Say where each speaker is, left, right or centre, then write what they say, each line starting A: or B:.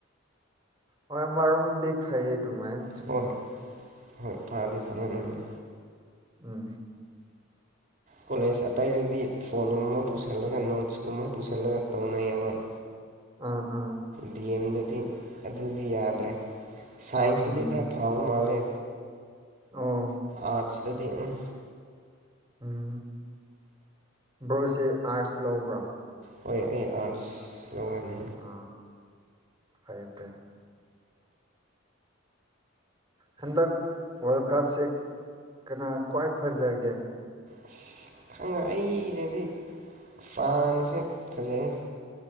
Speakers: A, on the right; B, on the right.
A: ꯍꯣꯏ ꯑꯃꯔꯣꯝꯗꯗꯤ ꯐꯌꯦ ꯗꯨꯃꯥꯏꯅ
B: ꯍꯣ ꯍꯣꯏ ꯐꯔꯗꯤ ꯐꯅꯤ ꯎꯝ ꯎꯝ
A: ꯎꯝ
B: ꯀꯣꯂꯦꯖ ꯑꯇꯩꯗꯗꯤ ꯐꯣꯟꯒꯨꯝꯕ ꯄꯨꯁꯜꯂꯒ ꯅꯣꯠꯁꯀꯨꯝꯕ ꯄꯨꯁꯜꯂꯒ ꯇꯧꯅꯩꯌꯦꯕ <unintelligible>
A: ꯑ ꯑ
B: ꯗꯤ ꯑꯦꯝꯗꯗꯤ ꯑꯗꯨꯗꯤ ꯌꯥꯗ꯭ꯔꯦ ꯁꯥꯏꯟꯁꯇꯗꯤ
A: ꯎꯝ
B: ꯈꯔ ꯐꯕ ꯃꯥꯜꯂꯦ
A: ꯑꯣ
B: ꯑꯥꯠꯁꯇꯗꯤ ꯎꯝ
A: ꯎꯝ ꯕ꯭ꯔꯣꯁꯦ ꯑꯥꯥꯏꯁ ꯂꯧꯕ꯭ꯔꯥ
B: ꯍꯣꯏ ꯑꯩ ꯑꯥꯔꯠꯁ ꯂꯧꯋꯦ ꯎꯝ
A: ꯑ ꯐꯌꯦ ꯐꯌꯦ ꯍꯟꯗꯛ ꯋꯥꯔꯜ ꯀꯞꯁꯦ ꯀꯅꯥ ꯈ꯭ꯋꯥꯏ ꯐꯖꯒꯦ
B: ꯑꯁ ꯈꯪꯉ ꯑꯩꯗꯗꯤ ꯐ꯭ꯔꯥꯟꯁꯦ ꯐꯖꯩ